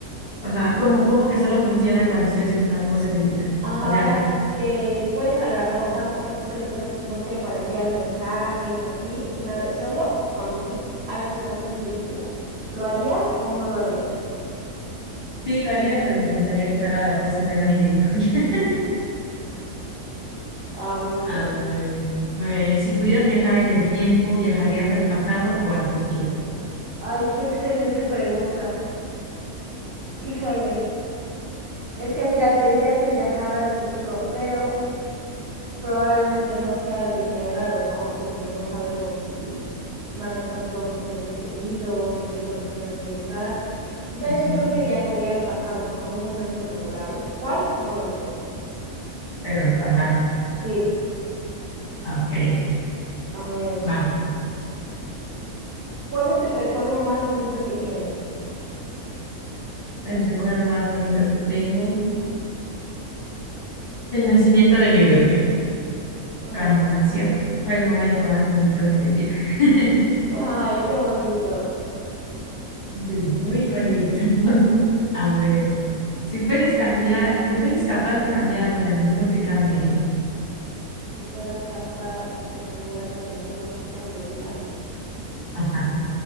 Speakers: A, on the left (about 45°); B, on the right (about 65°).
A: Ajá, como, como que solo funciona cuando estoy haciendo una pose ridícula.
B: Ajá,
A: O sea,
B: o sea, que puedes agarrar, o sea, ocupar tu teléfono, no sé, para enviar mensajes o así, una vez, solo cuando tú hagas una pose ridícula. ¿Lo harías o no lo harías?
A: sí lo haría, pero intentaría que fuera la pose menos ridícula. <laughs>
B: Ah, muy bien.
A: A ver, eh, si pudieras viajar en el tiempo, ¿viajarías al pasado o al futuro?
B: Ay, qué excelente pregunta. Híjole. Es que mira, te diría que viajar al futuro, pero probablemente no sea de mi agrado, ¿no? Porque no sabemos si van a estar todos mis seres queridos, en qué condiciones voy a estar. Entonces
A: Ujú,
B: yo creo que viajaría al pasado, a un momento memorable. ¿Cuál? No lo sé.
A: Pero al pasado.
B: Sí,
A: Ah, Ok,
B: a ver,
A: vale.
B: ¿cuál es el recuerdo más bonito que tienes?
A: El recuerdo más bonito que tengo, el nacimiento de mi bebé.
B: Ay,
A: Cuando nació, fue el momento más bonito de mi vida. <laughs>
B: ay, qué bonito.
A: Sí, Muy bonito. <laughs> A ver, si fueras cambiar, si fueras capaz de cambiar algo en el mundo, ¿qué cambiaría?
B: Si fuera capaz de cambiar algo en el mundo, ¿qué cambiaría?
A: Ajá.